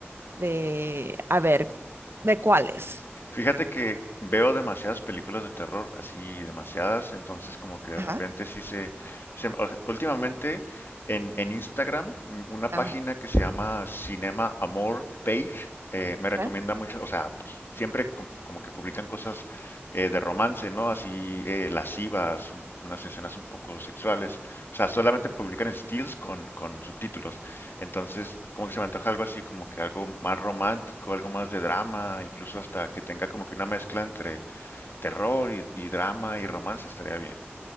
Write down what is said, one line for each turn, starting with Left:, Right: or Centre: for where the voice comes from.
Right: de, a ver, ¿de cuáles?
Left: Fíjate que veo demasiadas películas de terror, así demasiadas, entonces como que de
Right: Ajá.
Left: repente sí se... se- o sea, últimamente en, en Instagram, mm, una
Right: Ajá.
Left: página que se llama Cinema Amor Page, eh, me
Right: ok.
Left: recomienda muchas, o sea, pues siempre com- como que publican cosas eh, de romance, ¿no? Así eh, lascivas, un- unas escenas un poco sexuales, o sea, solamente publican stills con, con subtítulos. Entonces, como que se me antoja algo así, como que algo más romántico, algo más de drama, incluso hasta que tenga como que una mezcla entre terror y, y drama y romance estaría bien.